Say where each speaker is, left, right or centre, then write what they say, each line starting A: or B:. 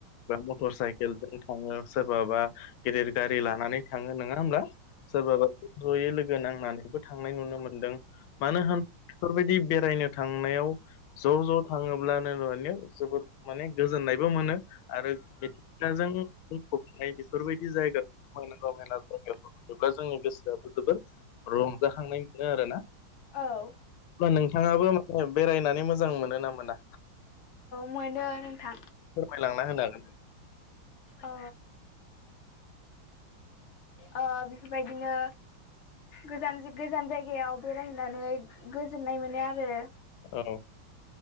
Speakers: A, on the left; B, on the left.
A: बा मटर साइकेलजों थाङो सोरबाबा गेदिर गारि लानानै थाङो नङा होमब्ला? सोरबाबा ज'यै लोगो नांनानैबो थांनाय नुनो मोन्दों मानो होन बेफोरबायदि बेरायनो थांनायाव ज' ज' थाङोब्लानो माने जोबोर माने गोजोननायबो मोनो आरो फाजों बुंफबनाय बेफोरबायदि जायगा समायना रमायना जायगाखौ जेब्ला जोंनि गोसोआबो जोबोर रंजाखांनाय मोनो आरो ना।
B: औ
A: अब्ला नोंथाङाबो माने बेरायनानै मोजां मोनो ना मोना?
B: मोनो नोंथां
A: फोरमायलांना होनो हागोन ना?
B: औ ओ बेफोरबायदिनो गोजान गोजान जायगायाव बेरायहैनानै गोजोननाय मोनो आरो।
A: औ